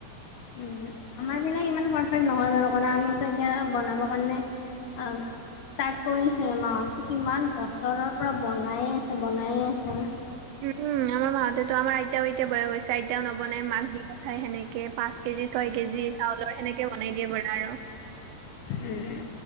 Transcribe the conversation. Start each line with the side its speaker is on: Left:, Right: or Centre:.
Left: উ আমাৰ বিলাক ইমান পাৰফেক্ট নহয় বাৰু কাৰণে আমিতো এতিয়া বনাব কাৰণে আম ষ্টাৰ্ট কৰিছে এ মাহ কিমান বছৰৰ পৰা বনায়ে আছে বনায়ে আছে
Right: উম উম আমাৰ মা হতেতো আমাৰ আইতাও বয়স হৈছে আইতাও নবনাই মাক দি পঠাই সেনেকে পাঁচ কেজি ছয় কেজি চাউলৰ সেনেকে বনাই দিয়ে বাৰু আৰু
Left: উম